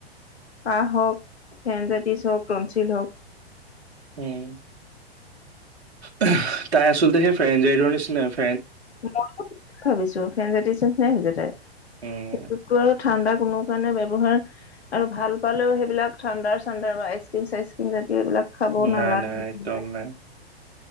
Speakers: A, on the left; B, on the right.
A: কাঁহ হওঁক, ফেৰেনজাইটিছ হওঁক, টনঞ্চিল হওঁক।
B: মেই উহ, তাই আচলতে ফ্ৰেনজেডৰ নিচিনা ফ
A: মই ভাবিছো ফেৰেনজাইতিচৰ নিচিনাই হৈছে তাইৰ
B: উম,
A: সেইটোতো আৰু ঠাণ্ডা কোনো কাৰণে <unintelligible> আৰু ভাল পালেও সেইবিলাক ঠান্ডাৰ চান্ডাৰ বা আইচক্ৰিম চাইচক্ৰীম তে এইবিলাক খাব নালাগে।
B: নাই নাই একদম নাই।